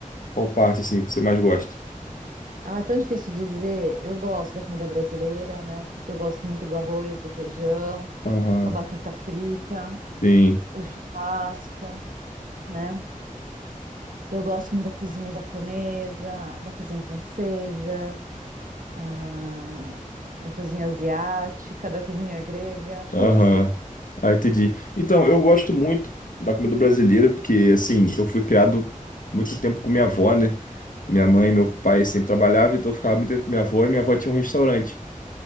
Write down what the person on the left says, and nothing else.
qual parte assim, você mais gosta?
Aham,
sim.
Aham.
Ah, entendi. Então, eu gosto muito da comida brasileira, porque, assim, eu fui criado muito tempo com minha avó, né? Minha mãe e meu pai sempre trabalhavam, então eu ficava muito tempo com minha avó, e minha avó tinha um restaurante